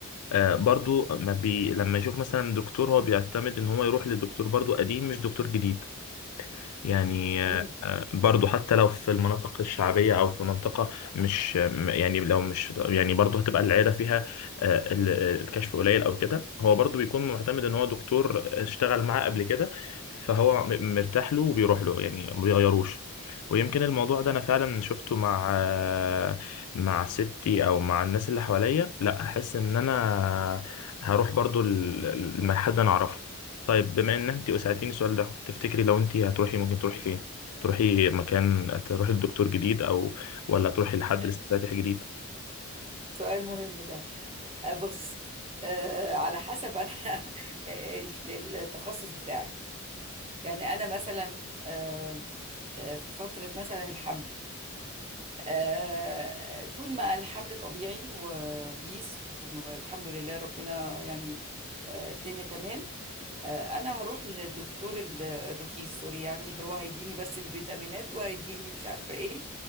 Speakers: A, on the left (about 80°); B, on the right (about 25°).
A: آه، برضو ما بي لما يشوف مثلا دكتور هو بيعتمد ان هو يروح لدكتور برضو قديم مش دكتور جديد يعني آه،
B: امم
A: برضو حتى لو في المناطق الشعبية أو في منطقة مش م- يعني لو مش يعني برضو هتبقى العيادة فيها آه، ال- الكشف قليل أو كده هو برضو بيكون معتمد إن هو دكتور اشتغل معاه قبل كده فهو م- مرتاح له وبيروح له يعني ما بيغيروش ويمكن الموضوع ده أنا فعلا شفته مع آه، مع ستي أو مع الناس اللي حواليا لا أحس إن أنا هروح برضو ال- ال- حد أنا أعرفه طيب بما ان انت سألتيني السؤال ده تفتكري لو انت هتروحي ممكن تروحي فين تروحي مكان تروحي لدكتور جديد او ولا تروحي لحد
B: <laughs>
A: لسه فاتح جديد
B: سؤال مهم ده آه، بص آه، على حسب انا <laughs> ال- التخصص بتاعك يعني انا مثلا آه، آه، في فتره مثلا الحمل آه، طول ما الحمل طبيعي وبيس والحمد لله ربنا يعني آه، الدنيا تمام آه، انا هروح للدكتور ال- الرخيص سوري يعني اللي هو هيديني بس الفيتامينات وهيديني مش عارفة ايه